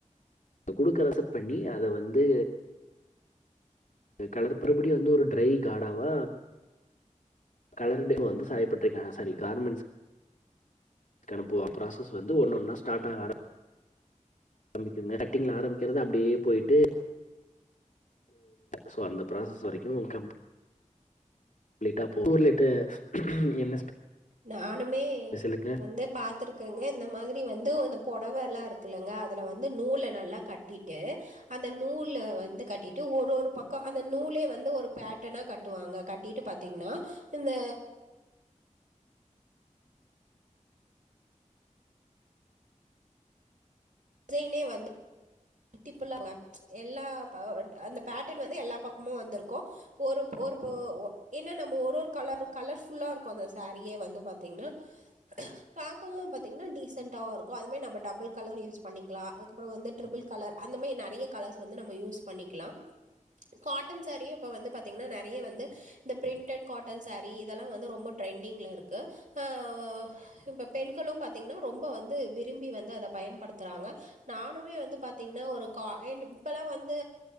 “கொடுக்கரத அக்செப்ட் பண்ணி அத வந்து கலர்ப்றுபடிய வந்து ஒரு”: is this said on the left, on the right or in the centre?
Left